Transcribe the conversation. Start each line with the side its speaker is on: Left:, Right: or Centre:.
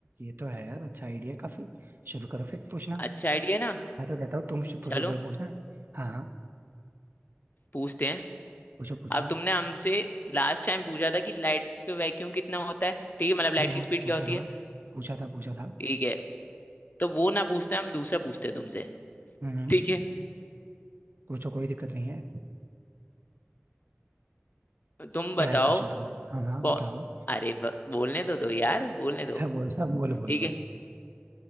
Right: ये तो है यार अच्छा आइडिया काफी शुरू करो फिर पूछना
Left: अच्छा आइडिया ना
Right: मैं तो कहता हूँ तुम शु-
Left: चलो
Right: शुरू करो पूछना हाँ हाँ
Left: पूछते हैं
Right: पूछो पूछो
Left: अब तुमने हमसे लास्ट टाइम पूछा था कि लाइट का वैक्यूम कितना होता है ठीक है मतलब लाइट
Right: हाँ हाँ
Left: की स्पीड
Right: पूछा
Left: क्या होती
Right: था
Left: है
Right: पूछा था पूछा था
Left: ठीक है तो वो ना पूछते हैं हम दूसरा पूछते हैं तुमसे
Right: हम्म हम्म,
Left: ठीक है
Right: पूछो कोई दिक्कत नहीं है
Left: तुम बताओ
Right: क्या है क्वेश्चन तुम्हारा हाँ हाँ
Left: पौ-
Right: बताओ
Left: अरे ब- बोलने तो दो यार बोलने दो
Right: अच्छा बोलो बोलो बोलो
Left: ठीक
Right: बोलो
Left: है